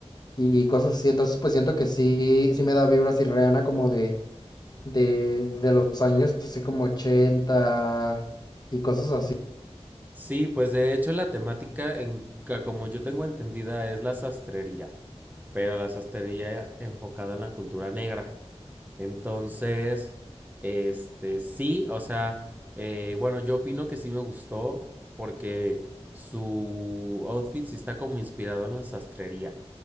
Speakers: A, on the left (about 35°); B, on the right (about 15°).
A: y cosas así. Entonces, pues siento que sí, sí me da vibras y Rihanna como de de, de los años así como 80 y cosas así.
B: Sí, pues de hecho la temática, en, ca- como yo tengo entendida, es la sastrería, pero la sastrería enfocada en la cultura negra. Entonces, este, sí, o sea, eh, bueno, yo opino que sí me gustó porque su outfit sí está como inspirado en la sastrería